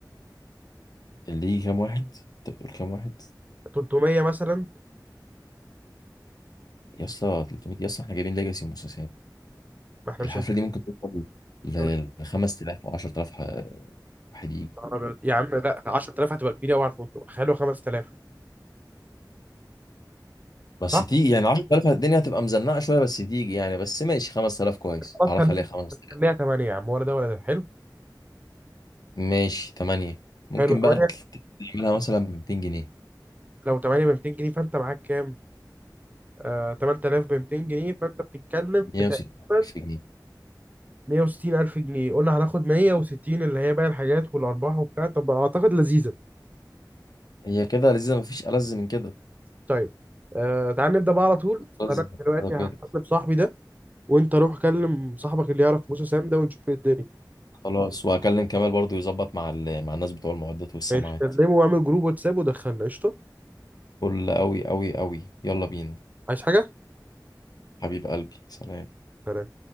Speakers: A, on the left; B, on the right.
A: اللي يجي كام واحد انت بتقول كام واحد
B: 300 مثلا
A: يا اسطى 300 يا اسطى احنا جايبين ليجاسي وموسى
B: ما احنا
A: الحفله
B: مش عايزين
A: دي ممكن توصل ل
B: طب
A: ل 5000 او 10000 ح- واحد يجي
B: يا يا عم لا 10000 هتبقى كبيره قوي على الفندق خلوا 5000
A: بس
B: صح؟
A: تيجي يعني 10000 الدنيا هتبقى مزنقه شويه بس تيجي يعني بس ماشي 5000 كويس
B: خلاص
A: تعالى
B: خليها
A: خليها 5000
B: خليها 8 يا عم ولا ده ولا ده حلو
A: ماشي 8 ممكن
B: حلو 8
A: بقى تعملها مثلا ب 200 جنيه
B: لو 8 ب 200 جنيه فانت معاك كام؟ آه 8000 ب 200 جنيه فانت بتتكلم
A: 160000
B: في تقريبا
A: جنيه
B: 160 ألف جنيه قلنا هناخد 160 اللي هي باقي الحاجات والأرباح وبتاع طب أعتقد لذيذة
A: هي كده لذيذة مفيش ألذ من كده
B: طيب آه تعال نبدأ بقى على طول
A: ألذ
B: أنا
A: من
B: دلوقتي
A: كده بجد
B: هكلم صاحبي ده وأنت روح كلم صاحبك اللي يعرف موسى سام ده ونشوف ايه الدنيا
A: خلاص وهكلم كمال برضو يظبط مع ال... مع الناس بتوع المعدات والسماعات
B: ماشي كلمه واعمل جروب واتساب ودخلنا قشطة
A: فل أوي أوي أوي يلا بينا
B: عايز حاجة؟
A: حبيب قلبي سلام
B: سلام